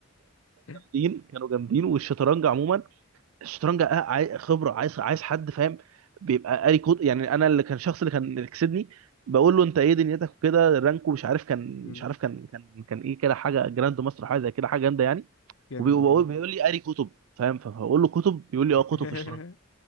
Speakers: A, on the left; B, on the right.
A: <laughs>
B: جامدين كانوا جامدين والشطرنج عموما الشطرنج آه، عاي- خبره عايز عايز حد فاهم بيبقى قاري كود يعني انا اللي كان الشخص اللي كان اللي كسبني بقول له انت ايه دنيتك وكده رانكو مش عارف كان
A: مم.
B: مش عارف كان كان كان ايه كده حاجه جراند ماستر حاجه زي كده حاجه جامده يعني
A: جامد
B: وبيقول
A: والله
B: بيقول لي قاري كتب فاهم فبقول له كتب بيقول لي
A: <laughs>
B: اه كتب في الشطرنج